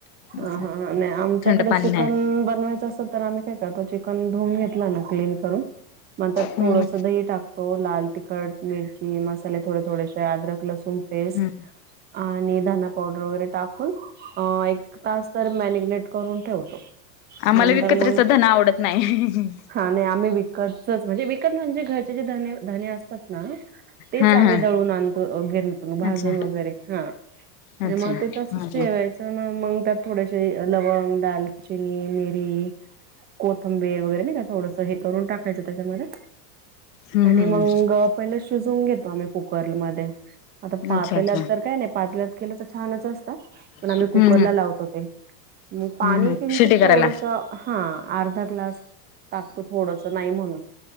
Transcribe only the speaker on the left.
असं
थंड पाणी
नाही.
हम्म.
हम्म
आम्हाला
विकत्राचा
धना आवडत नाही
हा
हा
अच्छा
अच्छा हा
हा.
हम्म
हम्म
अच्छा अच्छा
हम्म
हम्म
हम्म
हम्म
शिटी करायला.